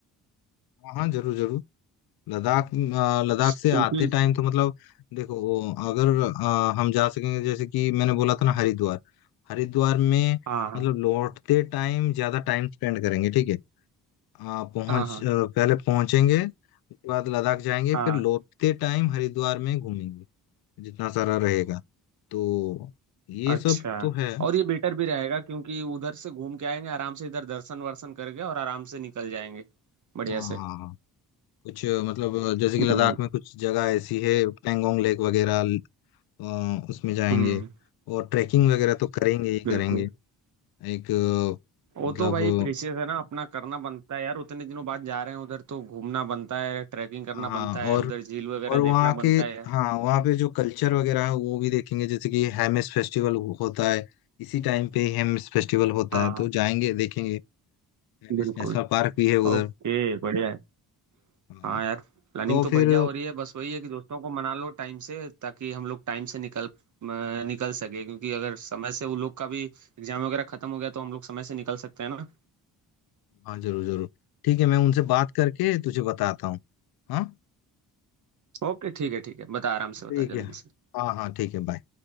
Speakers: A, on the left; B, on the right.
A: हाँ हाँ जरूर जरूर लद्दाख अ, लद्दाख
B: क्योंकि
A: से आते टाइम तो मतलब देखो वो अगर अ, हम जा सकेंगे जैसे कि मैंने बोला था ना हरिद्वार हरिद्वार में
B: हाँ हाँ
A: मतलब लौटते टाइम ज्यादा टाइम स्पेंड करेंगे ठीक है अ, पहुंच
B: हाँ हाँ
A: अ, पहले पहुंचेंगे उसके बाद लद्दाख जाएंगे
B: हाँ
A: फिर लौटते टाइम हरिद्वार में घूमेंगे जितना सारा रहेगा तो ये
B: अच्छा
A: सब तो है
B: और ये बेटर भी रहेगा क्योंकि उधर से घूम के आएंगे आराम से इधर दर्शन वर्शन करके और आराम से निकल जाएंगे बढ़िया
A: हाँ
B: से
A: हाँ हाँ कुछ अ, मतलब अ, जैसे कि
B: हम्म
A: लद्दाख में कुछ जगह ऐसी है पेंगोंग लेक वगैरह अ, उसमें जाएंगे
B: हम्म
A: और ट्रैकिंग वगैरह तो करेंगे ही
B: बिल्कुल
A: करेंगे एक
B: वो
A: अ, मतलब
B: तो भाई प्रेशियस
A: अ,
B: है ना अपना करना बनता है यार उतने दिनों बाद जा रहे हैं उधर तो घूमना बनता है ट्रैकिंग करना
A: हाँ हाँ
B: बनता है
A: और
B: उधर झील वगैरह
A: और वहाँ
B: देखना बनता
A: के
B: है यार
A: हाँ वहाँ पे जो कल्चर वगैरह है वो भी देखेंगे जैसे कि हेमिस फेस्टिवल होता है इसी टाइम पे हेमिस फेस्टिवल होता
B: हाँ
A: है तो
B: हाँ
A: जाएंगे देखेंगे हेमिस
B: बिल्कुल
A: नेशनल पार्क भी है उधर
B: ओके बढ़िया है
A: हाँ,
B: हाँ यार प्लानिंग
A: तो
B: तो बढ़िया
A: फिर
B: हो रही है बस वही है कि दोस्तों को मना लो टाइम से ताकि हम लोग टाइम से निकल अ, निकल सके क्योंकि अगर समय से वो लोग का भी एग्जाम वगैरह खत्म हो गया तो हम लोग समय से निकल सकते हैं ना
A: हाँ जरूर जरूर ठीक है मैं उनसे बात करके तुझे बताता हूँ हाँ
B: ओके ठीक है ठीक है बता आराम से बता
A: ठीक है
B: जल्दी से
A: हाँ हाँ ठीक है बाय